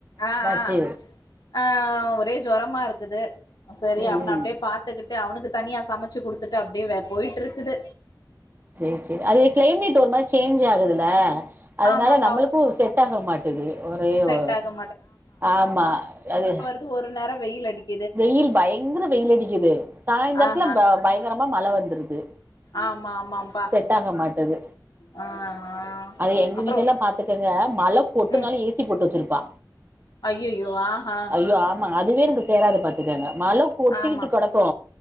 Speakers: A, on the left; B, on the right.
A: ஆ
B: எனாச்சு
A: ஆ ஆ ஒரே ஜொரமா இருக்குது செரி
B: ம்
A: அவன
B: ம்
A: அப்டியே பாத்துக்கிட்டு அவனுக்கு தனியா சமச்சு குடுத்துட்டு அப்டே போயிட்டுருக்குது
B: செரி செரி அது கிளைமேட் ஒரு மாரி சேஞ்ச் ஆகுதுல்ல அதனால
A: ஆமாப்பா
B: நம்மளுக்கு செட் ஆக மாட் டுது ஒரே
A: செட்
B: ஒ
A: ஆக
B: ஆமா அது
A: வந்து ஒரு நேரோ வெயில் அடிக்கு
B: வெயில் பயங்கர வெயில் அடிக்குது சாய்ந்தரத்துல
A: ஆஹா
B: ப பயங்கரமா மழ வந்துருது
A: ஆமா ஆமாப்பா
B: தாங்க மாட்டது
A: ஆ ஆ
B: அத எங்க
A: அப்றோ
B: வீட்ல எல்லா பாத்துக்கங்க மழ கொட்டுனாலு
A: ம்
B: ஏ சி போட்டு வச்சிருப்பா
A: ஐய்யய்யோ ஆஹா
B: ஐயோ ஆமா அதுவே எனக்கு சேராது பாத்துக்கங்க மழ கொட்டிட்டு
A: ஆமா
B: கெடக்கு